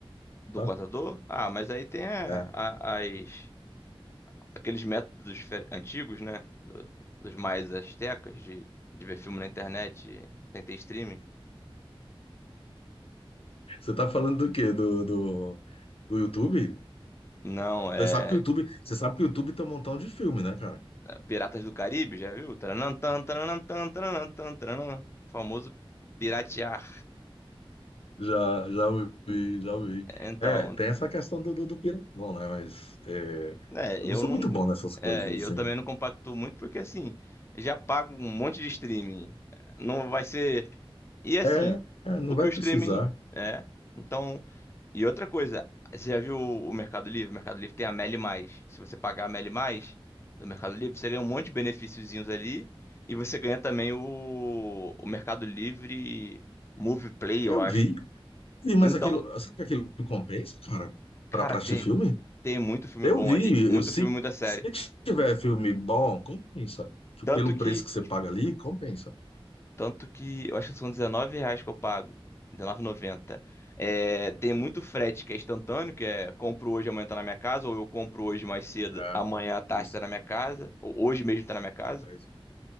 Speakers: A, on the left; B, on the left.
A: Do
B: sabe?
A: contador? Ah, mas aí tem a-
B: É.
A: a- as aqueles métodos difer- antigos, né? do- dos mais astecas de, de ver filme na internet sem ter streaming.
B: Você tá falando do quê? Do, do, do YouTube?
A: Não, é
B: Você sabe que o YouTube, você sabe que o YouTube tem um montão de filme, né, cara?
A: Piratas do Caribe, já viu? Taranantã, taranantã, taranantã, taranã. Famoso piratear.
B: Já, já ouvi, já ouvi.
A: Então,
B: É, tem essa questão do, do, do piratão, né? Mas é,
A: é,
B: eu
A: eu
B: não sou
A: não.
B: muito bom nessas coisas,
A: É, e
B: assim.
A: eu também não compacto muito porque assim, já pago um monte de streaming. Não vai ser. E assim,
B: É, é, não
A: o que
B: vai
A: o
B: precisar.
A: streaming é. Então. E outra coisa, você já viu o Mercado Livre? O Mercado Livre tem a Meli Mais. Se você pagar a Meli Mais do Mercado Livre, você ganha um monte de benefíciozinhos ali. E você ganha também o, o Mercado Livre Movie Play,
B: Eu
A: eu acho.
B: vi. E, mas
A: Então,
B: aquilo, sabe que aquilo compensa, cara,
A: cara,
B: pra, pra
A: tem,
B: assistir filme?
A: tem muito filme
B: Eu
A: bom
B: vi.
A: ali. Muito
B: Eu, se,
A: filme, muita série.
B: se tiver filme bom, compensa. Tipo,
A: Tanto
B: Pelo
A: que
B: preço que você paga ali, compensa.
A: Tanto que eu acho que são 19 reais que eu pago. R$19,90. É, tem muito frete que é instantâneo, que é compro hoje, amanhã tá na minha casa, ou eu compro hoje mais cedo,
B: É,
A: amanhã à tarde
B: isso.
A: tá na minha casa, ou hoje mesmo tá na minha casa.
B: É isso.